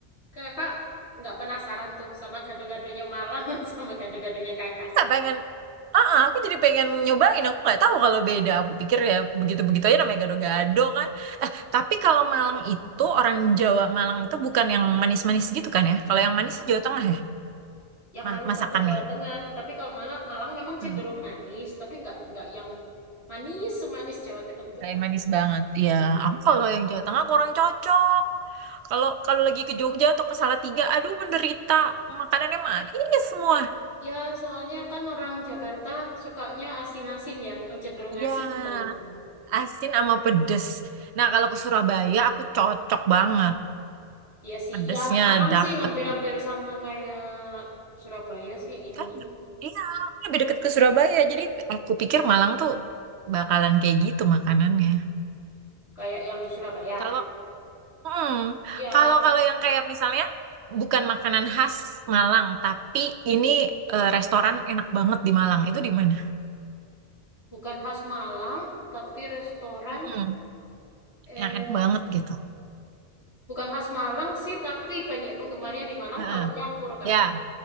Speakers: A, on the left (about 70°); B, on the right (about 80°).
A: kakak nggak penasaran tuh sama gado-gadonya Malang <laughs> sama gado-gadonya kakak.
B: Kita pengen Ah, ah, aku jadi pengen nyobain. Aku nggak tahu kalau beda. Aku pikir ya begitu-begitu aja namanya gado-gado kan. Tapi kalau Malang itu orang Jawa Malang itu bukan yang manis-manis gitu kan ya? Kalau yang manis Jawa Tengah ya
A: Yang
B: ma-
A: manis
B: masakannya.
A: banget Jawa Tengah. Tapi kalau Malang, Malang memang cenderung
B: Hmm,
A: manis, tapi nggak nggak yang manis semanis Jawa Tengah itu
B: nggak
A: nggak.
B: yang manis
A: Nggak.
B: banget.
A: Mm-mm.
B: Ya, aku kalau yang Jawa Tengah kurang cocok. Kalau kalau lagi ke Jogja atau ke Salatiga, aduh menderita. Makanannya manis semua.
A: Ya, soalnya kan orang Jakarta sukanya asin-asin ya, cenderung
B: Ya,
A: asin kan makanan.
B: asin sama pedes. Nah,
A: Heeh.
B: kalau ke Surabaya aku cocok banget.
A: Iya sih,
B: Pedesnya
A: ya Malang
B: dapet.
A: sih hampir-hampir sama kayak Surabaya sih ininya,
B: Kan iya, ini lebih deket ke Surabaya. Jadi aku pikir Malang tuh bakalan kayak gitu makanannya.
A: kayak yang di Surabaya.
B: Kalau hmm,
A: Ya,
B: kalau kalau yang kayak misalnya bukan makanan khas Malang, tapi ini eh, restoran enak banget di Malang. Itu di mana?
A: bukan khas Malang, tapi restoran,
B: Mm-mm,
A: eh,
B: yang enak banget gitu.
A: bukan khas Malang sih, tapi banyak penggemarnya di Malang
B: Heeh.
A: tahu campur, Kak.
B: Ya,